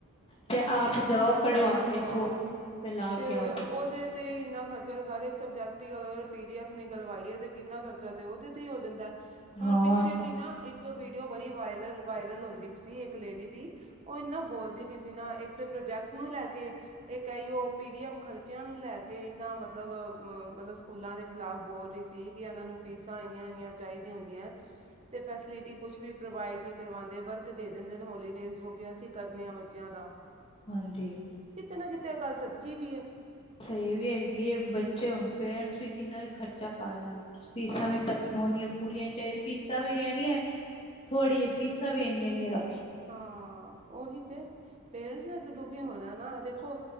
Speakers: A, on the left (about 25°); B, on the right (about 30°).
A: ਤੇ
B: ਹੁਣ
A: ਆਪ ਜਾਓ ਕਢਵਾ
B: ਹਾਂ
A: ਕੇ ਸੌ ਰੁਪਏ ਲਾ
B: ਤੇ
A: ਕੇ ਆਓ
B: ਓ- ਓਦੇ ਤੇ ਹੀ ਇੰਨਾ ਖਰਚਾ ਹਰ ਇੱਕ ਸਬਜੈਕਟ ਦੀ ਅਗਰ ਪੀ ਡੀ ਐਫ ਨਿਕਲਵਾਈ ਏ ਤੇ ਕਿੰਨਾ ਖਰਚਾ ਤੇ ਓਦੇ ਤੇ ਈ ਹੋ ਜਾਂਦਾ ਐ। ਹੁਣ
A: ਹਾਂ
B: ਪਿੱਛੇ ਜੀ ਨਾ ਇੱਕ ਵੀਡੀਓ ਬੜੀ ਵਾਇਲਲ ਵਾਇਰਲ ਹੁੰਦੀ ਪੀ ਸੀ। ਇੱਕ ਲੇਡੀ- ਡੀ ਓ ਏਨਾ ਬੋਲਦੀ ਪੀ ਸੀ ਨਾ ਇੱਕ ਤੇ ਪ੍ਰੋਜੈਕਟ ਨੂੰ ਲੈ ਕੇ, ਇੱਕ ਐ ਈ ਓ ਪੀ ਡੀ ਐਫ ਖਰਚ- ਬੱਚਿਆਂ ਨੂੰ ਲੈ ਕੇ ਏਨਾ ਮਤਲਬ ਅ ਮਲਬ ਸਕੂਲਾਂ ਦੇ ਖਿਲਾਫ਼ ਬੋਲ ਰੀ ਸੀ ਕੀ ਏਨਾਂ ਨੂੰ ਫੀਸਾਂ ਏਨੀਆਂ -ਏਨੀਆਂ- ਚਾਈਦੀਆਂ ਹੁੰਦੀਆਂ। ਤੇ ਫੈਸਿਲਿਟੀ ਕੁਛ ਵੀ ਪ੍ਰੋਵਾਈਡ ਨੀ ਕਰਵਾਂਦੇ। ਵਰਕ ਦੇ ਦਿੰਦੇ ਹੋਲੀਡੇਜ਼ ਜੋ ਕਿ ਅਸੀਂ ਕਰਨੇ ਆ ਬੱਚਿਆਂ ਦਾ।
A: ਹਾਂਜੀ।
B: ਕਿਤੇ ਨਾ ਕਿਤੇ ਇਹ ਗੱਲ ਸੱਚੀ ਵੀ ਹੈ।
A: ਸਹੀ ਵੀ ਹੈਗੀ ਹੈ ਬੱਚੇ ਹੋੁਣ ਪੇਰੈਂਟਸ ਵੀ ਕਿੰਨਾ ਖਰਚਾ ਪਾ ਲੈਣ, ਫੀਸਾਂ
B: ਹਾਂ
A: ਵੀ- ਹੋਣੀਆਂ ਪੂਰੀਆਂ ਚਹੀ ਫੀਸਾਂ ਵੀ ਐਣੀਆਂ ਥੋੜੀਆਂ ਫੀਸਾਂ ਵੀ ਇੰਨੀਆਂ -ਇੰਨੀਆ ਰ-
B: ਹਾਂ ਉਹੀ ਤੇ, ਪੇਰੈਂਟਸ ਨੇ ਤੇ ਦੁਖੀ ਹੋਣਾ ਨਾ ਦੇਖੋ।